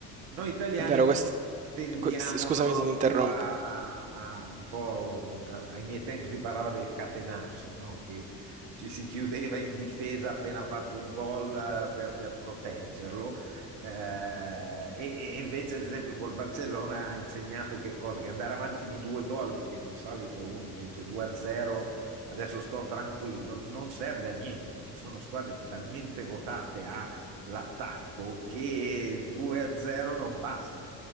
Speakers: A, on the right (about 65°); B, on the right (about 15°).
A: Noi italiani
B: vero, quest-
A: tendiamo
B: que- s- scusami
A: no,
B: se ti
A: più
B: interrompo.
A: a, a- a un po' un- ai miei tempi si parlava del catenaccio, no? Che ci si chiudeva in difesa appena fatto un gol eh, per, per proteggerlo. Eh, e, e invece, ad esempio, col Barcellona ha insegnato che cosa? Che andare avanti di due gol, che di solito uno dice 2-0, adesso sto tranquillo, non serve a niente. Ci sono squadre talmente votate all'attacco che 2-0 non basta.